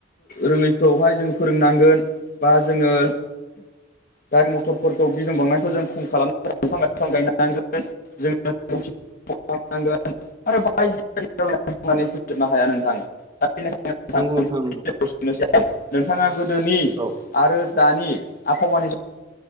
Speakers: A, on the left; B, on the right.
A: रोङैखौहाय जों फोरोंनांगोन बा जोङो गारि मथर फोरखौ गिदिंबावनायखौ जों खम खालाम बिफां लाइफां गायनो हांगोन जों आरो बायदिायनानै फैजोबनो हाया नोंथां <unintelligible>
B: नंगौ नोंथां नंगौ
A: नोंथाङा गोदोनि
B: औ
A: आरो दानि आफानि